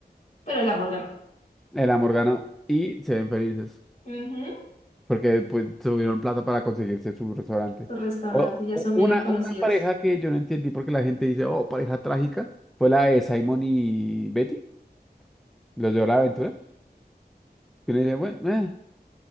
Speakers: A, on the left; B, in the centre.
A: Pero el amor ganó.
B: el amor ganó y se ven felices.
A: Ujú.
B: porque pues, tuvieron plata para conseguirse su restaurante.
A: Sus restaurantes
B: O,
A: ya
B: o-
A: son mega
B: una,
A: conocidos.
B: una pareja que yo no entendí porque la gente dice, oh, pareja trágica, fue la de Simon y Betty, los de Hora
A: Ujú,
B: de Aventura. Y le dice, bueno, eh,